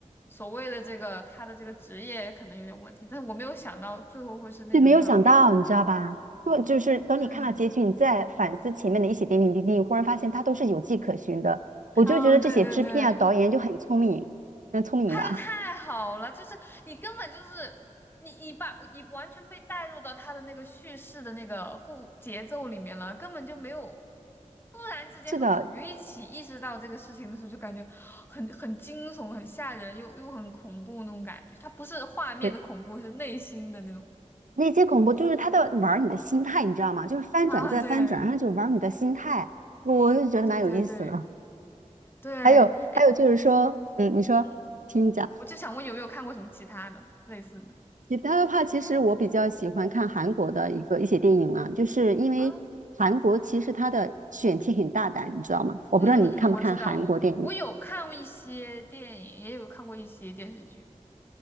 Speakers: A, on the left (about 15°); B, on the right (about 85°).
A: 所谓的这个他的这个职业可能有点问题，但是我没有想到最后会是那种样子。
B: 就没有想到，你知道吧？就就是等你看到结局，
A: 对啊，
B: 你再反思前面的一些点点滴滴，你忽然发现它都是有迹可循的。我就觉得这些制片啊、
A: 嗯，对对对。
B: 导演就很聪明，很聪明吧？
A: 拍的太好了，就是你根本就是你你把你完全被带入到他的那个叙事的那个故节奏里面了，根本就没有突然之间和主角一起意识到这个事情的时候，
B: 是的，
A: 就感觉很很惊悚、很吓人，又又很恐怖那种感觉。它不是画面的恐怖，
B: 对，
A: 是内心的那种
B: 那些恐怖就是他在玩儿你的心态，你知道吗？就是翻转再翻转，
A: 啊，对
B: 然后就玩儿你的心态，我就觉得蛮有意思的。
A: 对对对对，
B: 还有还有就是说，
A: 哎，你你
B: 嗯，你说，
A: 嗯，
B: 听你讲。
A: 我就想问有没有看过什么其他的类似的？
B: 其他的话，其实我比较喜欢看韩国的一个一些电影啊，就是因为韩国其实它的选题很大胆，
A: 啊？
B: 你知道吗？我不知道你看不看韩国电影。
A: 嗯嗯嗯，我知道，我我有看过一些电影，也有看过一些电视剧，